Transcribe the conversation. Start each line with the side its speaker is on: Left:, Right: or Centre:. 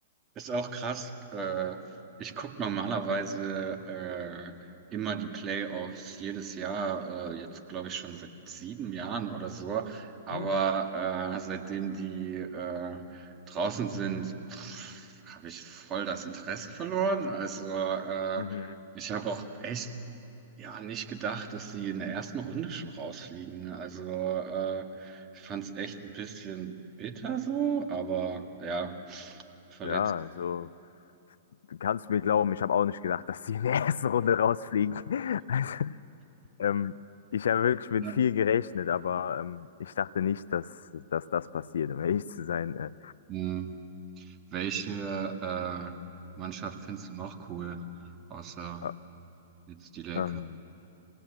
Right: Ist auch krass. Äh, ich gucke normalerweise äh, immer die Playoffs jedes Jahr, äh, jetzt glaube ich schon seit sieben Jahren oder so. Aber
Left: Hm.
Right: äh, seitdem die äh, draußen sind, habe ich voll das Interesse verloren. Also äh,
Left: Mhm.
Right: ich habe auch echt ja nicht gedacht, dass sie in der ersten Runde schon rausfliegen. Also äh, ich fand es echt ein bisschen bitter so, aber ja. verletzt.
Left: Ja, also du kannst mir glauben, ich habe auch nicht gedacht, dass die in der ersten Runde rausfliegen. <laughs> Also, ähm, ich habe wirklich mit
Right: Ja.
Left: viel gerechnet, aber ähm, ich dachte nicht, dass, dass das passiert, um ehrlich zu sein. Äh,
Right: Hm. Welche äh, Mannschaft findest du noch cool, außer
Left: äh,
Right: jetzt die Lakers?
Left: ähm,
Right: <laughs>